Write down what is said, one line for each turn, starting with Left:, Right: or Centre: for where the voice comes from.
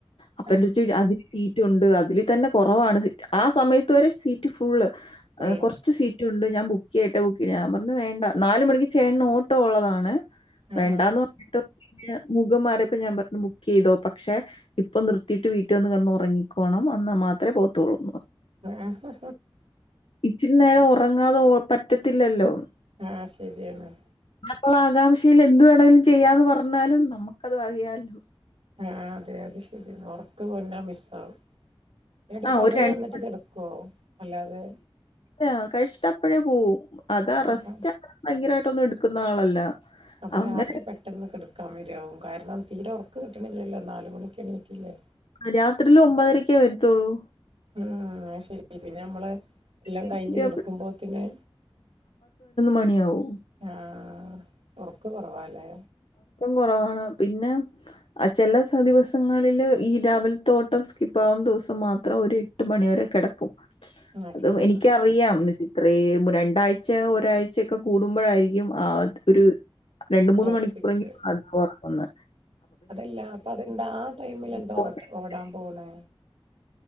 Left: അപ്പ
Right: ആഹ്
Left: എന്റെ ചച്ചി അതില് സീറ്റ് ഉണ്ട് അതില് തന്നെ കുറവാണ് ആ സമയത്ത് വരെ സീറ്റ് ഫുള്ള്
Right: ഫുള്ള്
Left: കുറച്ച് സീറ്റ് ഉണ്ട് ഞാൻ ബുക്ക് ചെയ്യട്ടെ ബുക്ക് ചെയ്യഞ്ഞന്ന് വേണ്ട നാല് മണി ചേന്ന് ഓട്ടോ ഉള്ളതാണ്
Right: ആഹ്
Left: വേണ്ടാന്ന് പറഞ്ഞിട്ട് പിന്നെ മുഖം മാറിയപ്പോ ഞാൻ പറഞ്ഞു ബുക്ക് ചെയ്തോ പക്ഷെ ഇപ്പൊ നിർത്തിയിട്ട് വീട്ടിൽ വന്ന് കണ്ടോ ഉറങ്ങിക്കോണം എന്നാൽ മാത്രമേ പോത്തുള്ളൂ
Right: ആഹ്
Left: ഇച്ചിരി നേരം ഉറങ്ങാതെ പറ്റത്തില്ലല്ലോ
Right: ആഹ് ശരിയെന്നാ
Left: ഇപ്പോൾ ആകാംക്ഷയിൽ എന്ത് വേണമെങ്കിലും ചെയ്യാന്ന് പറഞ്ഞാലും നമുക്കത് അറിയാല്ലോ
Right: ആഹ് അതെ അത് ശരിയ ഉറക്ക് വന്നാ മിസ്സ ആകും ഏട്ട്
Left: ആ
Right: പകല്
Left: ഒരു
Right: വന്നിട്ട്
Left: മണിക്ക്
Right: കെടക്കോ അല്ലാതെ
Left: അല്ല കഴിച്ചിട്ട് അപ്പഴേ പോവും അത് അറസ്റ്റ്
Right: ആഹ് ആഹ്
Left: അങ്ങ ഭയങ്കരമായിട്ടൊന്നും എടുക്കുന്ന ആളല്ല
Right: അപ്പൊ
Left: അങ്ങനെ
Right: രാത്രി പെട്ടെന്ന് കെടക്കാൻ വരോ കാരണം തീരെ ഉറക്ക് കിട്ടണില്ലല്ലോ നാല് മണിക്ക് എണീക്കില്ലേ
Left: രാത്രില ഒമ്പതരക്കേ വരുത്തുള്ളൂ
Right: ഉം ശരി പിന്നെ നമ്മള് എല്ലാം
Left: കഴിച്ചിട്ട്
Right: കഴിഞ്ഞഞ് കിടക്കുമ്പോത്തിനെ
Left: മണിയാവും.
Right: ആഹ് ഒറക്ക് കൊറവാലേ
Left: കുറവാണ് പിന്നെ ചില ദിവസങ്ങളില് ഈ രാവിൽ തോട്ടം സ്കിപ്പ് ആകും ദിവസം മാത്രം ഒര് എട്ട് മണി വരെ കെടക്കും
Right: ആഹ്
Left: അത്
Right: കിടക്കും
Left: എനിക്കറിയാം ഇത്ര രണ്ടാഴ്ച ഒരാഴ്ചയ ഒക്കെ കൂടുമ്പോഴായിരിക്കും ആഹ് ഒരു രണ്ട് മൂന്ന്
Right: റസ്റ്റ്
Left: മണിക്കൂറെങ്കും
Right: കിട്ടും
Left: അതാ ഒറങ്ങുന്നേ
Right: അതല്ല അപ്പൊ അതെന്താ ആ ടൈമിൽ എന്താ
Left: പോട്ടേന്ന്
Right: ഓ ഓടാൻ
Left: വിചാരിക്കും.
Right: പോണേ